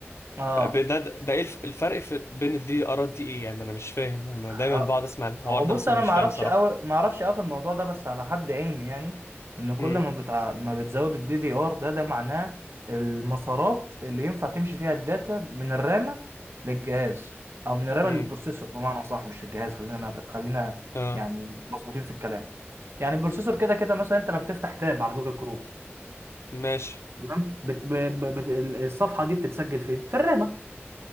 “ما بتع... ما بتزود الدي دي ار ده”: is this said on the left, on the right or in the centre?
Right